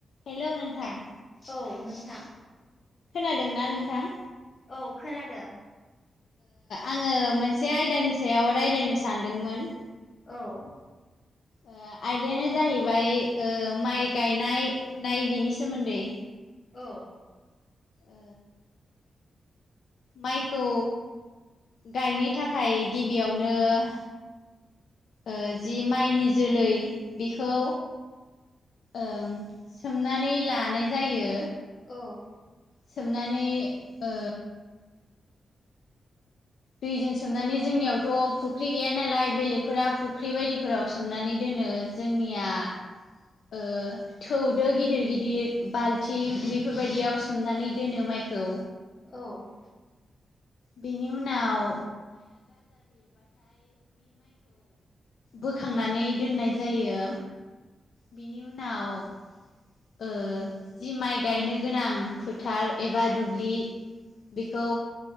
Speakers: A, on the left; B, on the left.
A: Hello नोंथां
B: औ नोंथां,
A: खोनादोंना नोंथां?
B: औ खोनादों
A: आङो मोनसे आयदानि सायाव रायज्लायनो सानदोंमोन,
B: औ,
A: ए आयदायानो जाहैबाय माइ गायनाय फुनाय बिनि सोमोन्दै,
B: औ,
A: ओ माइखौ गायनो थाखाय गिबियावनो- ओ जि माइनि जोलै बेखौ ओं सोमनानै लानाय जायो,
B: औ,
A: सोमनानै ओ दैजों सोमनानै जोंनियावथ' फुख्रि गैया, नालाय बेलेगफोरा फुख्रि बायदिफोराव सोमनानै दोनो जोंनिया ओ थौ दो गिदिर गिदिर बाल्थिं बेफोरबायदियाव सोमनानै दोनो माने मायखौ
B: औ,
A: बेनि उनाव, बोखांनानै दोननाय जायो बेनि उनाव- ओ जि माइ गायनो गोनां फोथार एबा दुब्लि बेखौ